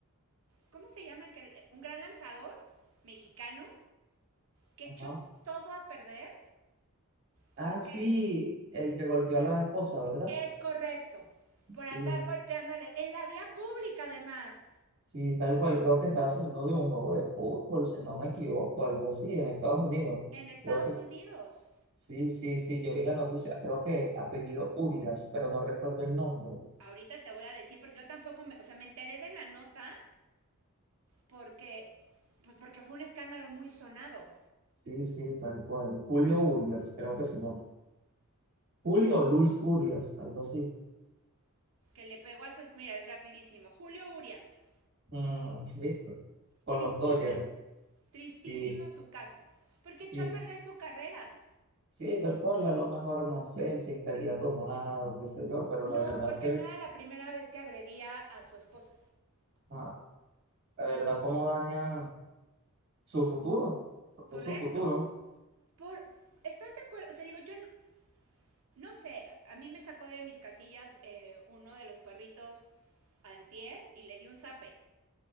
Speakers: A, on the right; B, on the right.
A: ¿cómo se llama? Un gran lanzador mexicano que
B: Ajá.
A: echó todo a perder porque
B: Ah, sí, el que golpeó a la esposa, ¿verdad?
A: es correcto, por
B: Sí,
A: andar golpeándole en la vía pública además,
B: sí, tal cual. Creo que estaba saliendo de un juego de fútbol, si no me equivoco, algo así, en Estados Unidos.
A: en Estados
B: Creo que
A: Unidos.
B: sí, sí, sí, yo vi la noticia. Creo que apellido Urias, pero no recuerdo el nombre.
A: ahorita te voy a decir, porque yo tampoco, me, o sea, me enteré de la nota porque, pues porque fue un escándalo muy sonado.
B: Sí, sí, tal cual. Julio Urias, creo que es su nombre. Julio Luis Urias, algo así.
A: Que le pegó a su... Mira, es rapidísimo. Julio Urias,
B: Mm, listo. Con
A: tristísimo,
B: los Dodgers.
A: tristísimo
B: Sí,
A: su caso, porque
B: sí,
A: echó a perder su carrera.
B: sí, tal cual. A lo mejor no sé si estaría tomado, qué sé yo, pero
A: No,
B: la verdad
A: porque
B: que.
A: no era la primera vez que agredía a su esposa.
B: ah, La verdad, cómo daña su futuro, porque
A: Correcto.
B: es su futuro.
A: Por, ¿Estás de acuerdo? O sea, digo, yo no, no sé, a mí me sacó de mis casillas eh, uno de los perritos antier y le di un zape.